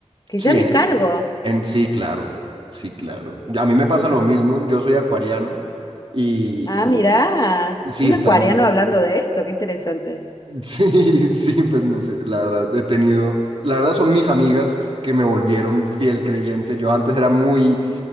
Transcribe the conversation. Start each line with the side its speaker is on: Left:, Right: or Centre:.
Left: que
Right: Sí,
Left: ya me
Right: en,
Left: cargo.
Right: en- sí, claro, sí, claro. A mí me pasa lo mismo, yo soy acuariano y,
Left: Ah, mirá,
Right: y- Sí,
Left: un
Right: estamos.
Left: acuariano hablando de esto, qué interesante.
Right: Sí, <laughs> sí, pues no sé, la verdad, he tenido, la verdad son mis amigas que me volvieron fiel creyente. Yo antes era muy